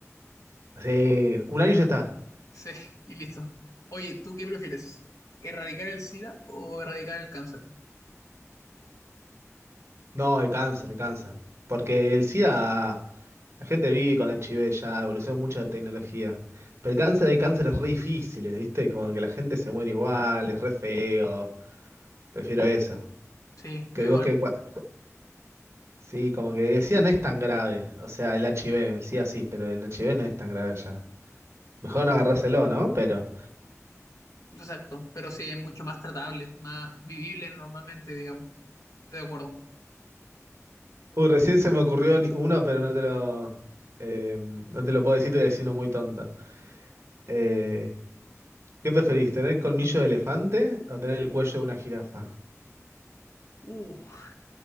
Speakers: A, on the right; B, on the left.
A: Sí, un año ya está.
B: Sí, y listo. Oye, ¿tú qué prefieres? ¿Erradicar el SIDA o erradicar el cáncer?
A: No, el cáncer, el cáncer. Porque el SIDA, la gente vive con HIV ya, evolucionó mucho la tecnología. Pero el cáncer, hay cánceres re difíciles, ¿viste? Como que la gente se muere igual, es re feo. Prefiero eso.
B: Sí,
A: Que
B: yo igual.
A: vos que... cua- Sí, como que el SIDA no es tan grave. O sea, el HIV, el SIDA sí, pero el HIV no es tan grave ya. Mejor no agarrárselo, ¿no? Pero...
B: Exacto. Pero sí, es mucho más tratable, más vivible normalmente, digamos. Estoy de acuerdo.
A: Uy, recién se me ocurrió ni- uno, pero no te lo... eh, no te lo puedo decir, te voy a decir uno muy tonto. Eh, ¿Qué preferís, tener colmillo de elefante o tener el cuello de una jirafa?
B: Uf,